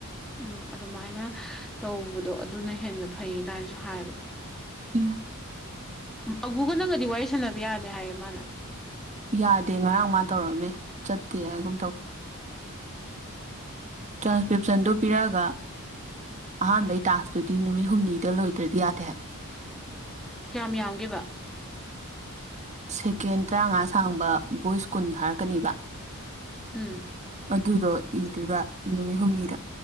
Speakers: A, in the centre; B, on the right.
A: ꯎꯝ ꯑꯗꯨꯃꯥꯏꯅ ꯇꯧꯕꯗꯣ ꯑꯗꯨꯅ ꯍꯦꯟꯅ ꯐꯩ ꯀꯥꯏꯅꯁꯨ ꯍꯥꯏꯕ꯫
B: ꯎꯝ
A: ꯑꯕꯨꯒ ꯅꯪꯒꯗꯤ ꯋꯥꯔꯤ ꯁꯥꯟꯅꯕ ꯌꯥꯗꯦ ꯍꯥꯏꯌꯦ ꯃꯥꯅ꯫
B: ꯌꯥꯗꯦ ꯉꯔꯥꯡ ꯃꯥ ꯇꯧꯔꯛꯑꯝꯃꯦ ꯆꯠꯇꯦ ꯍꯥꯏꯒꯨꯝ ꯇꯧꯋꯦ꯫ ꯇ꯭ꯔꯥꯟꯁꯀ꯭ꯔꯤꯞꯁꯟꯗꯨꯣ ꯄꯤꯔꯛꯑꯒ, ꯑꯍꯥꯟꯕꯩ ꯇꯥꯛꯇꯨꯗꯤ ꯅꯨꯃꯤꯠ ꯍꯨꯝꯅꯤꯗ ꯂꯣꯏꯇ꯭ꯔꯗꯤ ꯌꯥꯇꯦ ꯍꯥꯏꯕꯅꯤ꯫
A: ꯀꯌꯥꯝ ꯌꯥꯝꯒꯦꯕ?
B: ꯁꯦꯀꯦꯟ ꯇꯔꯥꯃꯉꯥ ꯁꯥꯡꯕ ꯕꯣꯏꯁ ꯀꯨꯟ ꯊꯥꯔꯛꯀꯅꯤꯕ꯫
A: ꯎꯝ꯫
B: ꯑꯗꯨꯗꯣ ꯏꯗꯨꯏꯕ ꯅꯨꯃꯤꯠ ꯍꯨꯝꯅꯤꯗ꯫